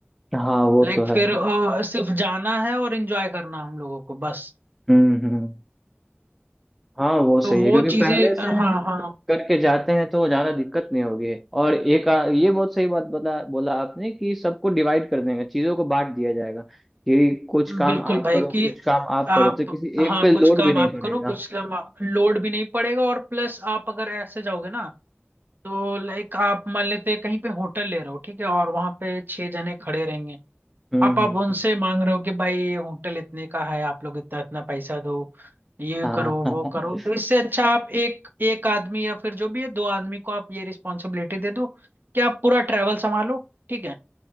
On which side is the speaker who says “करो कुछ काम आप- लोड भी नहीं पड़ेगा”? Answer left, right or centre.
Right